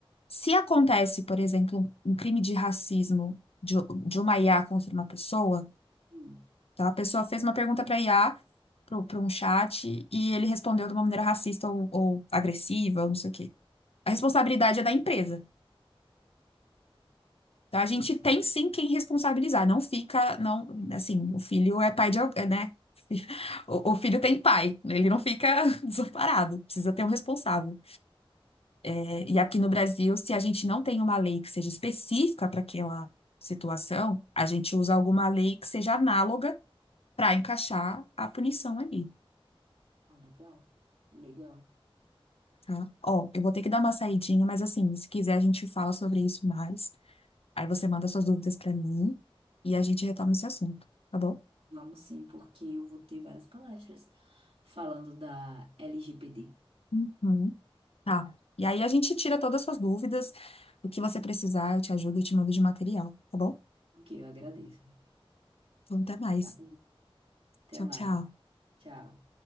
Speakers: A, on the left (about 85°); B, on the right (about 75°).
A: se acontece, por exemplo, um crime de racismo de, de uma IA contra uma pessoa,
B: Hum.
A: Então, a pessoa fez uma pergunta para IA, para um chat, e ele respondeu de uma maneira racista ou, ou agressiva, ou não sei o quê. A responsabilidade é da empresa. Então, a gente
B: Eu, penso,
A: tem sim quem responsabilizar. Não fica, não, assim, o filho é pai de alguém, né? <laughs> O, o filho tem pai, ele não fica <laughs> desamparado, precisa ter um responsável. É, e aqui no Brasil, se a gente não tem uma lei que seja específica para aquela situação, a gente usa alguma lei que seja análoga para encaixar a punição ali.
B: ah, legal, legal.
A: Tá? Ó, eu vou ter que dar uma saidinha, mas assim, se quiser a gente fala sobre isso mais. Aí você manda suas dúvidas pra mim e a gente retoma esse assunto, tá bom?
B: Vamos sim, porque eu vou ter várias palestras falando da LGPD,
A: Uhum. Tá. E aí a gente tira todas as suas dúvidas, o que você precisar, eu te ajudo, eu te mando de material, tá bom?
B: que eu agradeço.
A: Então até mais.
B: Tchau, Até
A: Tchau,
B: mais.
A: tchau.
B: Tchau.